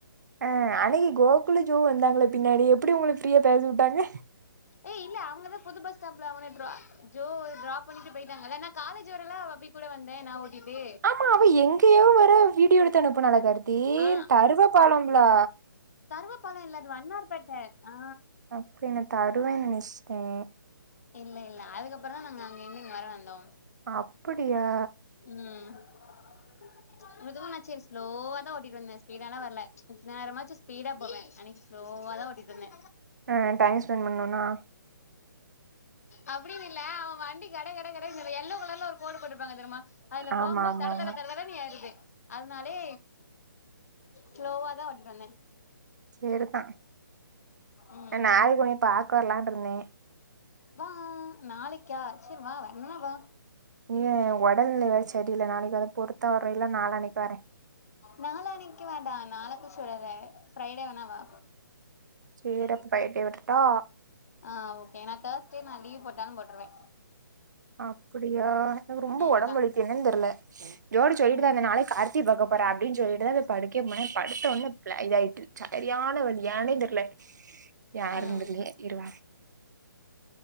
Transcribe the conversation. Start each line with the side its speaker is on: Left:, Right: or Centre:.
Right: ஆ அன்னிக்கு கோகுல ஜோ வந்தாங்கள பின்னாடி எப்டி உங்கள ஃப்ரீயா பேசு விட்டாங்க
Left: ஏய் இல்ல அவங்கதா புது பஸ் ஸ்டாம்பப்ல அவன ட்ரா ஜோ ட்ரா பண்ணிட்டு போயிட்டாங்க இல்ல நா காலேஜ் வரலா அவ அப்டியே கூட வந்த நா ஓட்டிட்டு
Right: ஆமா அவ எங்கயோ வரா வீடியோ எடுத்து அனுப்புனால கருதி
Left: ஆ
Right: தருவ பாலம்லா
Left: தருவப்பழம் இல்ல அது வண்ணார்பேட்ட ஆ
Right: அப்டின்ன நா தருவன்னு நினைச்சிட்ட
Left: இல்ல இல்ல அதுக்கப்பற தா நாங்க அங்க இருந்து இங்க வர வந்தோ
Right: அப்டியா
Left: ம்
Right: <inaudible>
Left: மிருதுவ நா ச லோவ தா ஓட்டிட்டு வந்த ஸ்பீடாலா வரல நா நரமாச்சு ஸ்பீட்டா போவ அன்னிக்கு ஸ்லோவாத ஓட்டி வந்த
Right: ஆ டைம் ஸ்பெண்ட் பண்ணணும்னா
Left: அப்டின்னு இல்ல அவ வண்டி கட கட கட எல்லோ கலர்ல ஒரு கோடு போட்டிருப்பாங்க தெரியுமா அதுல
Right: ஆமா
Left: போகும்போது
Right: ஆமா
Left: தட
Right: ஆமா
Left: தட தர தட தடணு ஏருது அதனாலே ஸ்லோவா தா ஓட்டிட்டு வந்த
Right: செரிதா
Left: ம்
Right: ஆ நாளைக்கு உன்ன பாக்க வரலாண்டு இருந்தே
Left: வா நாளைக்கா சரி வா வரன வா
Right: நீ உடல்நிலை வேற செடி இல்ல நாளைக்கு வந்து பொறுத்தா வர இல்ல நாலனைக்கு வர
Left: நால அன்க்கு வேண்டா நாளகழிச்சு வராத ஃரைடே வேணாவா
Right: சேரி அப்ப ஃபர்டே வரட்டா
Left: ஆ ஓகே நா தேர்ஸ்டே நா லீவ் போட்டாலு போட்ருவ
Right: அப்டியா எனக்கு ரொம்ப உடம்புவலிக்கு
Left: ம்
Right: என்னனு தெர்ல ஜோடி சொல்லிட்டு
Left: ம்
Right: தா இருந்தா நாளைக்கு கா டி பாக்கபோற அப்டின்னு சொல்லிட்டுதா இந்த படிக்க போன படுத்த ஒடன இதாயிட்டு சரியான வழி ஏனே தெர்ல யாருனு
Left: ம்
Right: தெர்ல இரு வர